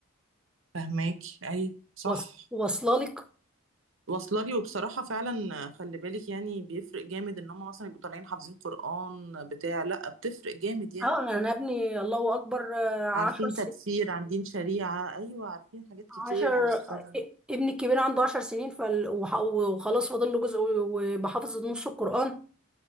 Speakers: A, on the right; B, in the centre.
A: فهماكي اي صح
B: واص- واصله لك
A: واصله لي وبصراحه فعلا خلي بالك يعني بيفرق جامد ان هم مثلا يبقوا طالعين حافظين قران بتاع لا بتفرق جامد يعني
B: اه انا ابني الله اكبر 10
A: عارفين تكفير عندين شريعة أيوة عارفين حاجات كتير
B: عشر
A: الصلاة
B: ابني الكبير عنده عشر سنين فال... وح- وخلاص فاضل له جزء و- وبحافظ نص القرآن